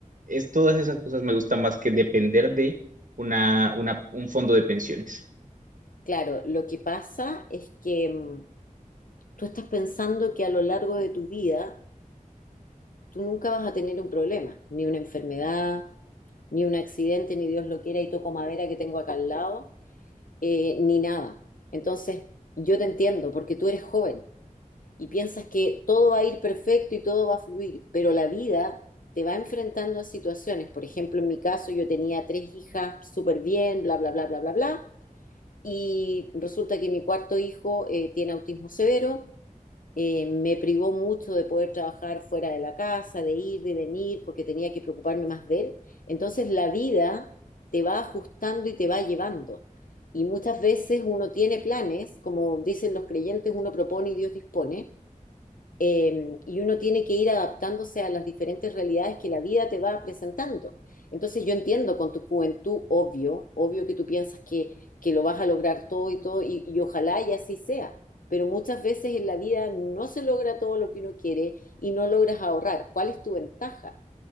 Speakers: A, on the right; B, on the left.
A: Es todas esas cosas me gustan más que depender de una, una, un fondo de pensiones.
B: Claro, lo que pasa es que mm, tú estás pensando que a lo largo de tu vida tú nunca vas a tener un problema, ni una enfermedad, ni un accidente, ni Dios lo quiera y toco madera que tengo acá al lado, eh, ni nada. Entonces, yo te entiendo porque tú eres joven y piensas que todo va a ir perfecto y todo va a fluir, pero la vida te va enfrentando a situaciones. Por ejemplo, en mi caso yo tenía tres hijas súper bien, bla, bla, bla, bla, bla, bla, y resulta que mi cuarto hijo eh, tiene autismo severo. Eh, me privó mucho de poder trabajar fuera de la casa, de ir, de venir, porque tenía que preocuparme más de él. Entonces la vida te va ajustando y te va llevando. Y muchas veces uno tiene planes, como dicen los creyentes, uno propone y Dios dispone, eh, y uno tiene que ir adaptándose a las diferentes realidades que la vida te va presentando. Entonces yo entiendo con tu juventud, obvio, obvio que tú piensas que, que lo vas a lograr todo y todo, y, y ojalá y así sea, pero muchas veces en la vida no se logra todo lo que uno quiere y no logras ahorrar. ¿Cuál es tu ventaja?